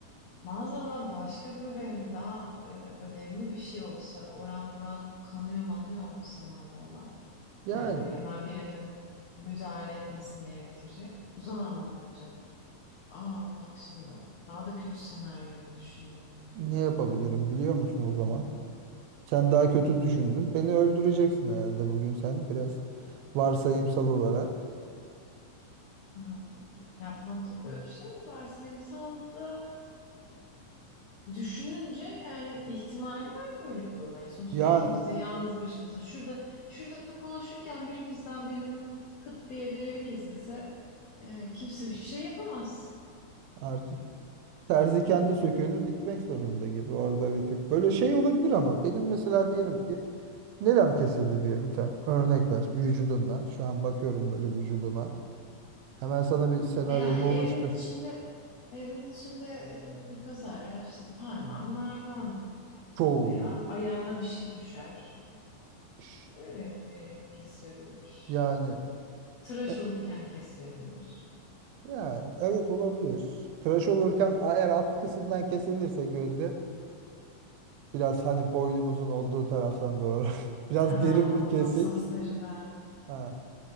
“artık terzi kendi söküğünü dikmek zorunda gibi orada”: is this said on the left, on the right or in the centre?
Right